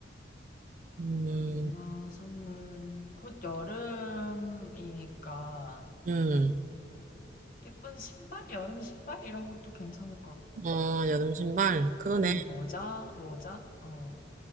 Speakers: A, on the right; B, on the left.
A: 음,
B: 엄마 선물. 곧 여름이니까.
A: 음,
B: 예쁜 신발? 여름 신발? 이런 것도 괜찮을 것 같고.
A: 어, 여름 신발. 그러네.
B: 아니면 모자? 모자? 어.